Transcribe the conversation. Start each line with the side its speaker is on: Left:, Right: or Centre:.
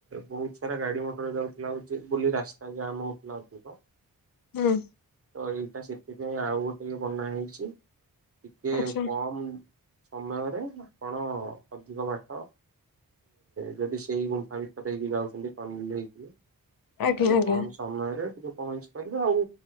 Right: ବହୁତ ସାରା ଗାଡି ମଟର ଯାଉଥିଲା ହଉଛି ବୋଲି ରାସ୍ତା ଜାମ୍ ହଉଥିଲା ଅଧିକ।
Left: ହୁଁ।
Right: ତ ଏଇଟା ସେଥିପାଇଁ ଆଉ ଗୋଟେ ବନା ହେଇଛି ଟିକେ
Left: ଆଚ୍ଛା
Right: କମ ସମୟରେ ଆପଣ ଅଧିକ ବାଟ ଯଦି ସେଇ ଗୁମ୍ଫା ଭିତରେ ହେଇକି ଯାଉଛନ୍ତି ଟନିଙ୍ଗ ଦେଇକି। ତା
Left: ଆଜ୍ଞା
Right: ହେଲେ
Left: ଆଜ୍ଞା
Right: କମ ସମୟରେ ଟିକେ ପହଞ୍ଚି ପାରିବେ ଆଉ